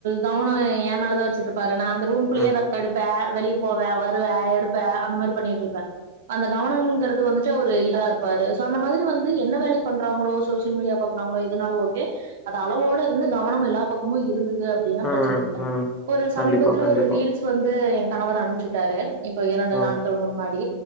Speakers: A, on the right; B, on the left.
A: கவனம் ஏ மேலதான் வச்சிருப்பாரு நான் ரூம் குள்ளியே
B: ம்,
A: தான் எடுப்பேன் வெளியே போவே வருவே எடுப்ப அந்த மாரி பண்ணிட்டு இருப்பே அந்த கவனம்குறது வந்துட்டு அவரு இதா இருப்பாரு சொ அந்த மாதிரி வந்து என்ன வேலை பண்றாங்களோ சோசியல் மீடியா பாக்குறாங்களோ எதுனாலு ஓகே அத அளவோட இருந்து கவனம் எல்லா பக்கமு இரு இருந்தது அப்டின்னா
B: ம், ம்,
A: பிரச்சன இல்லை
B: ம்.
A: ஒரு
B: கண்டிப்பா,
A: சமீபத்துல
B: கண்டிப்பா.
A: ஒரு ரீல்ஸ் வந்து எங் கணவர் அனுப்ச்சுட்டாரு இப்போ இரண்டு
B: ம்,
A: நாட்கள் முன்னாடி